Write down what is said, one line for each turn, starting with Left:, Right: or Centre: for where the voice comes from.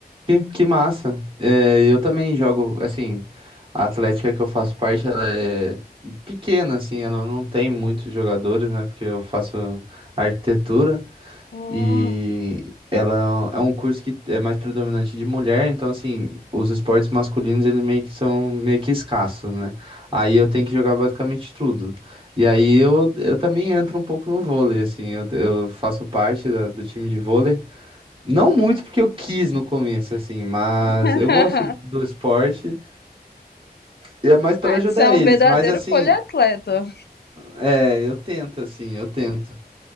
Right: que, que massa. É, eu também jogo, assim, a Atlética que eu faço parte, ela é pequena, assim, ela não tem muitos jogadores, né, porque eu faço arquitetura.
Left: Hum.
Right: E ela é um curso que é mais predominante de mulher, então assim, os esportes masculinos eles meio que são meio que escassos, né? Aí eu tenho que jogar basicamente tudo. E aí eu, eu também entro um pouco no vôlei, assim, eu, eu faço parte da- do time de vôlei. Não muito porque eu quis no começo, assim, mas
Left: <laughs>
Right: eu gosto do esporte e é mais para
Left: Ah,
Right: ajudar
Left: você é um
Right: eles.
Left: verdadeiro
Right: Mas assim,
Left: poliatleta.
Right: é, eu tento, assim, eu tento.